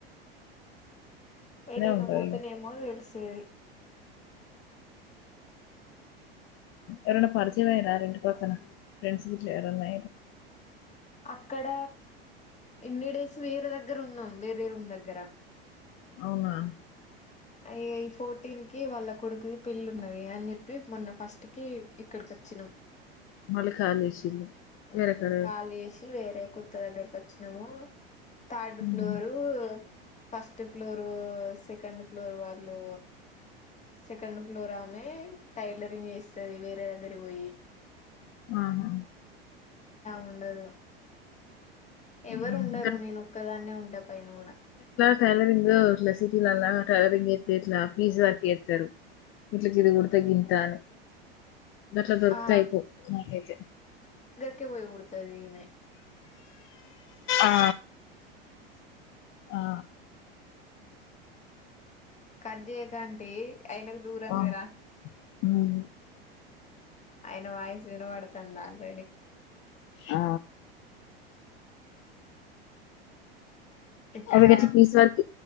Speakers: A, on the left; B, on the left.
A: ఏటైనా
B: ఉంటావు
A: పోతేనేమో
B: ఇగ
A: తెలుసు చే
B: ఎరన్న పరిచయంమే రెం కొత్తనా ఫ్రెంస్ గ ఎరన్నా
A: అక్కడ ఇన్నిడేస్ వేరే దగ్గర ఉన్నాం వేరే రూమ్ దగ్గర
B: అవునా
A: అయ ఫోర్టీన్ కి వాళ్ళ కొడుకుది పెళ్ళి ఉన్నది అని చెప్పి మొన్న ఫస్ట్ కి ఇక్కడికి వచ్చినాం
B: మళ కాాలషల్
A: ఉమ్,
B: వర కడ
A: ఖాళీ చేసి వేరే కుత్త దగ్గరికి వచ్చినాము థర్డ్
B: ఉహు
A: floor first floor second floor వాళ్ళు సెకండ్ ఫ్లోర్ ఆమె టైలరింగ్ వస్తుంది వేరే దగ్గర పోయి
B: ఆహా
A: ఉండదు ఎవరు
B: ఉహు
A: ఉండరు
B: గట్
A: నేను ఒక్కదాన్నే ఉం పైనూడు
B: ట్రాలరింగ్ ఇట్లా సిటీ లోలా ట్రాలరింగ్స్తతే ఇట్లా ఫీజ్ వరకు వస్తారు ఇకి ఇది కొడితే గింతా అను అట్లా దొరుకుత
A: ఆ
B: అయిపో మాకైతే
A: ఎక్క పయి కొడుతదిమె
B: ఆ ఆ
A: కట్జయకంట అయినకు దూరంగారా
B: ఆ ఉమ్
A: ఆయన వాయిసు వినబడుతుంది ఆల్రెడీ
B: ఆ
A: ఇక్కడ
B: అవి గట్ల పీస్ వర్క్